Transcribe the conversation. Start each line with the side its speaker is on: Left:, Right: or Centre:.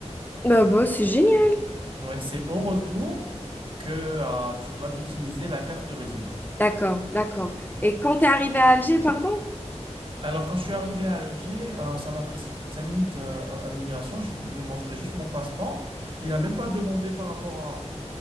Left: Bah, bah, c'est génial.
Right: Ouais, c'est au retour que euh, tu dois utiliser la carte de résident.
Left: D'accord, d'accord. Et quand t'es arrivé à Alger, pardon?
Right: Alors, quand je suis arrivé à Alger, euh, ça m'a pris cinq minutes euh, à l'immigration. Je lui ai montré juste mon passeport. Il n'a même pas demandé par rapport à